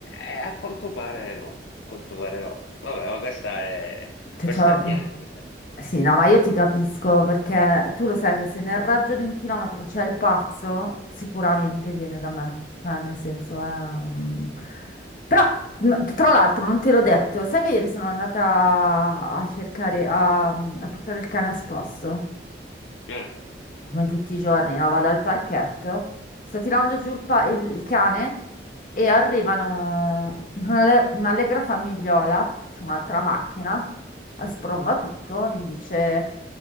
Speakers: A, on the left; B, on the left.
A: eh, a quanto pare no, a quanto pare no. Vabbè, ma questa è,
B: che
A: questa
B: c'ha
A: è
B: la...
A: niente. cioè.
B: Sì, no, ma io ti capisco perché tu lo sai che se nel raggio di un chilometro c'è il pazzo, sicuramente viene da me. Cioè, nel senso, è un- Però, no, tra l'altro, non te l'ho detto, sai che ieri sono andata a cercare, a, a portare il cane a spasso?
A: Eh,
B: come tutti i giorni, no? Vado al parchetto, sto tirando giù il, pa- il cane e arrivano un'alle- un'allegra famigliola su un'altra macchina, a spromba tutto, mi dice...